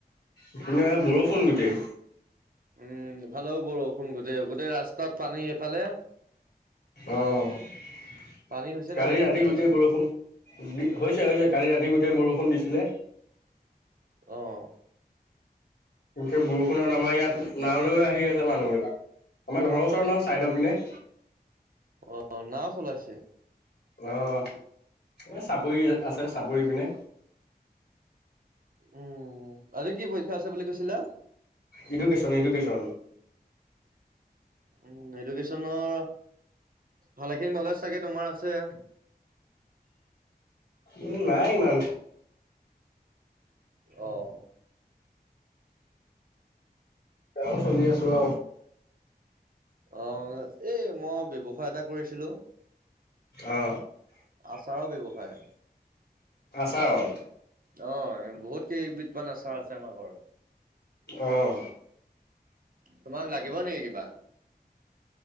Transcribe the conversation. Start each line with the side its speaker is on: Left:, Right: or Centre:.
Left: এইপিনে বৰষুণ গোটেই।
Right: উম এইফালো বৰষুণ গোটেই গোটেই ৰাস্তাত পানী এফালে।
Left: আহ।
Right: পানী হৈছে
Left: কালি
Right: নাই এইফালে
Left: ৰাতি গোটেই
Right: ৰাস্তা
Left: বৰষুণ, হৈছে হৈছে কালি ৰাতি গোটেই বৰ ষুণ দিছিলে।
Right: আহ
Left: গোটেই বৰষুণত আমাৰ ইয়াত নাওঁলৈ আহি আছে মানুহবিলাক। আমাৰ ঘৰৰ ওচৰত নহয় চাইদৰ পিনে,
Right: অ', নাও চলাইছে
Left: আহ এ চাপৰি আছে চাপৰি পিনে।
Right: উম, আজি পৰীক্ষা কি আছে বুলি কৈছিলে?
Left: Education education.
Right: উম এডুকেশ্বনৰ ভালেখিনি নলেজ চাগে তোমাৰ আছে।
Left: উ নাই ইমান।
Right: অহ।
Left: এ চলি আছো আও।
Right: আহ এই মই ব্যৱসায় এটা কৰিছিলো,
Left: অ
Right: আচাৰৰ ব্যৱসায়।
Left: আচাৰৰ?
Right: অ বহুত কেই বিধমান আচাৰ আছে আমাৰ ঘৰত।
Left: অহ
Right: তোমাক লাগিব নেকি কিবা?